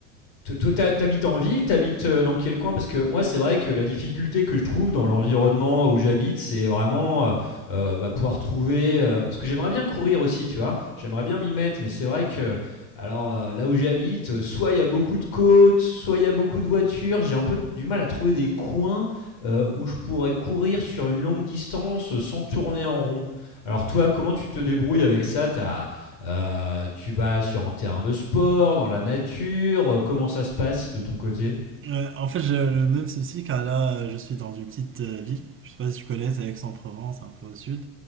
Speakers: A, on the left; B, on the right.
A: Toi, t'habites en ville, t'habites euh, dans quel coin? Parce que moi, c'est vrai que la difficulté que je trouve dans l'environnement où j'habite, c'est vraiment euh, euh, bah, pouvoir trouver. euh, parce que j'aimerais bien courir aussi, tu vois. J'aimerais bien m'y mettre, mais c'est vrai que, alors euh, là où j'habite, euh, soit il y a beaucoup de côtes, soit il y a beaucoup de voitures. J'ai un peu du mal à trouver des coins euh, où je pourrais courir sur une longue distance euh, sans tourner en rond. Alors toi, comment tu te débrouilles avec ça? T'as euh, tu vas sur un terrain de sport, dans la nature. euh, Comment ça se passe de ton côté
B: Euh, en fait, j'ai le même souci car là, euh, je suis dans une petite euh, ville. Je ne sais pas si tu connais, c'est Aix-en-Provence, un peu au sud.